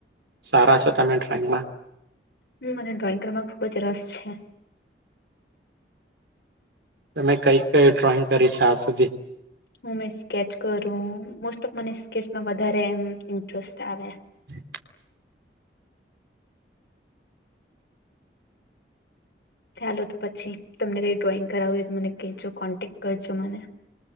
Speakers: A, on the right; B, on the left.
A: સારા છો તમે ડ્રોઈંગમાં
B: હમ મને ડ્રોઈંગ કરવા ખૂબ જ રસ છે
A: તમે કઈ કઈ ડ્રોઈંગ કરી છે આ સુધી
B: હું મે સ્કેચ કરું મોસ્ટ ઓફ મને સ્કેચમાં વધારે એમ ઇન્ટરેસ્ટ આવે
A: <inaudible>
B: ચાલો તો પછી તમને કઈ ડ્રોઈંગ કરાવવું હોય તો મને કહેજો કોન્ટેક કરજો મને